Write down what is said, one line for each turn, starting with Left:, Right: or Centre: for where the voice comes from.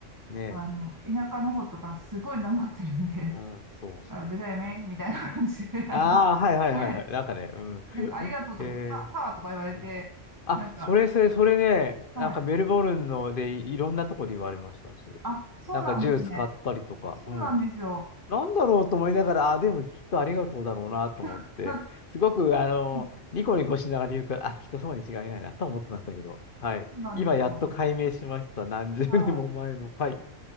Left: ねえ。
Right: あの、田舎の方とかすごいなまってるんで、
Left: うん、そうそう。
Right: あ、ぐだよねみたいな感じで、<laughs> あの、
Left: ああ、はいはいはいはい。
Right: はい。
Left: なんかね、うん。
Right: なんか、ありがとうとか、
Left: <laughs> え
Right: た、ワーとか言われて、
Left: ー、うん。あ、
Right: なんか、
Left: それ、それ、それね、
Right: はい。
Left: なんかメルボルンのでい、いろんなとこで言われました、そういえば。
Right: あ、そうなんですね。
Left: なんかジュース買ったりとか、
Right: そうなんですよ。
Left: うん。なんだろうと思いながら、あ、でもきっとありがとうだろうなと思って、
Right: <laughs>
Left: すごく、あの、
Right: うん
Left: ニコニコしながら言うから、あ、きっとそうに違いないなと思ってましたけど、はい。
Right: そうなんですよ。
Left: 今やっと解明しました。何十年も前の。
Right: はい。
Left: はい。